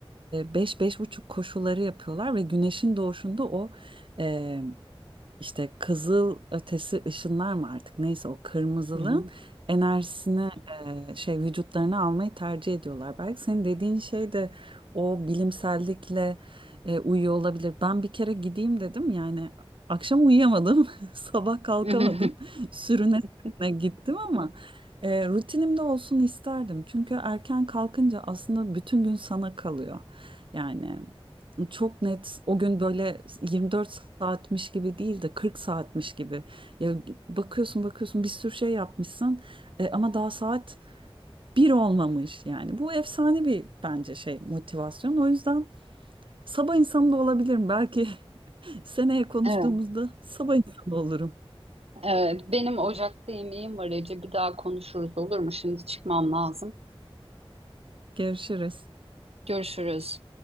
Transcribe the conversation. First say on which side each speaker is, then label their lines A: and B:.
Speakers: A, on the right; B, on the right.
A: 5 buçuk koşuları yapıyorlar ve güneşin doğuşunda o e, işte kızıl ötesi ışınlar mı artık neyse o kırmızılığın
B: hı
A: enerjisini e, şey vücutlarına almayı tercih ediyorlar. Belki senin dediğin şey de o bilimsellikle e, uyuyor olabilir. Ben bir kere gideyim dedim yani akşam uyuyamadım, <laughs> sabah kalkamadım,
B: hı. <laughs>
A: sürüne
B: Hı.
A: sürüne gittim ama. E, rutinimde olsun isterdim. Çünkü erken kalkınca aslında bütün gün sana kalıyor. Yani çok net o gün böyle 24 saatmiş gibi değil de 40 saatmiş gibi. Ya bakıyorsun bakıyorsun bir sürü şey yapmışsın e, ama daha saat bir olmamış yani. Bu efsane bir bence şey motivasyon. O yüzden sabah insanı da olabilirim. Belki <laughs> seneye konuştuğumuzda
B: Evet,
A: sabah insanı olurum.
B: evet. Benim ocakta yemeğim var Ece. Bir daha konuşuruz olur mu? Şimdi çıkmam lazım.
A: Görüşürüz.
B: Görüşürüz.